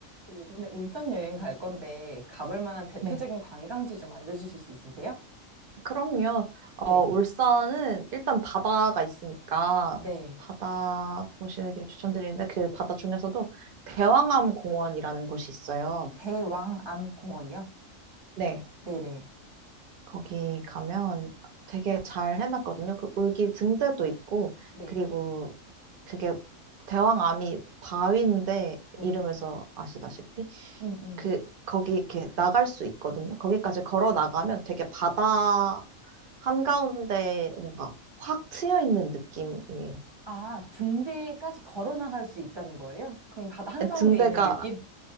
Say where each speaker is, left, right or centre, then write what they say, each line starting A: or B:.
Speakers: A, on the right; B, on the right.
A: 저 이번에 울산 여행 갈 건데 가볼 만한 대표적인
B: 네.
A: 관광지 좀 알려주실 수 있으세요?
B: 그럼요. 어,
A: 네,
B: 울산은 일단 바다가 있으니까
A: 네.
B: 바다 보시는 길 추천드리는데 그 바다 중에서도 대왕암 공원이라는 곳이 있어요.
A: 대왕암 공원이요?
B: 네.
A: 네네.
B: 거기 가면 되게 잘 해놨거든요. 그 울기 등대도 있고
A: 네,
B: 그리고 그게 대왕암이 바위인데
A: 네.
B: 이름에서 아시다시피
A: 음, 음.
B: 그 거기 이렇게 나갈 수 있거든요. 거기까지 걸어 나가면 되게 바다 한가운데 뭔가 확 트여 있는 느낌이에요.
A: 아, 등대까지 걸어 나갈 수 있다는 거예요? 그럼 바다 한가운데
B: 네, 등대가,
A: 있는 느낌?